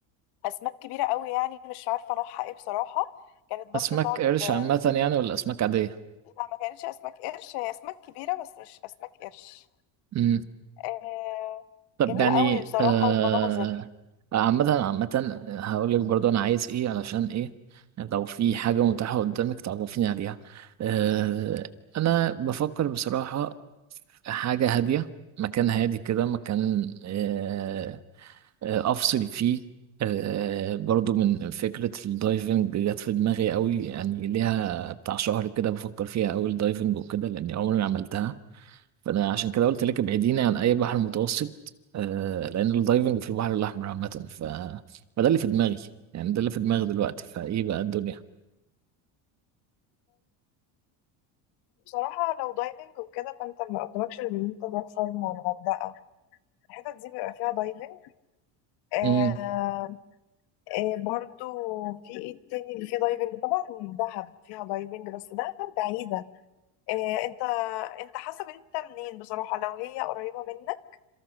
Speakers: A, on the left; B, on the right.
A: أسماك كبيرة قوي يعني مش عارفة نوعها ايه بصراحة كانت برضو
B: أسماك
A: تقعد
B: قرش
A: آه،
B: عامة يعني ولا أسماك عادية؟
A: لا ما كانتش أسماك قرش هي أسماك كبيرة بس مش أسماك قرش
B: مم.
A: آه،
B: طب
A: جميلة
B: يعني
A: قوي بصراحة
B: آه
A: والمناظر
B: عامة عامة هقول لك برضو أنا عايز إيه علشان إيه لو في حاجة متاحة قدامك تعرفيني عليها آه أنا بفكر بصراحة في حاجة هادية مكان هادي كده مكان آه آه أفصل فيه آه برضو من فكرة الدايفنج جت في دماغي قوي يعني ليها بتاع شهر كده بفكر فيها أوي الدايفنج وكده لأني عمري ما عملتها فانا عشان كده قلت لك ابعديني عن اي بحر متوسط آه لان الدايفنج في البحر الاحمر عامه ف... فده اللي في دماغي يعني ده اللي في دماغي دلوقتي فايه بقى الدنيا
A: بصراحة لو دايفنج وكده فانت ما قدامكش غير ان انت تروح شرم والغردقة الحتت دي بيبقى فيها دايفنج آه
B: امم
A: آه برضو في ايه تاني اللي فيه دايفنج طبعا دهب فيها دايفنج بس دهب بعيدة آه انت انت حسب انت منين بصراحة لو هي قريبة منك